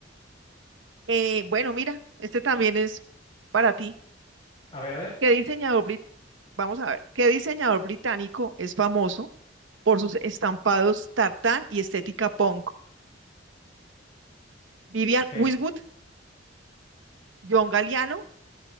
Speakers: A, on the right; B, on the left.
A: Eh, bueno, mira, este también es para ti.
B: A ver, a ver.
A: ¿Qué diseñador brit- Vamos a ver, ¿qué diseñador británico es famoso por sus estampados tartán y estética punk? ¿Vivian
B: Ok.
A: Westwood, John Galliano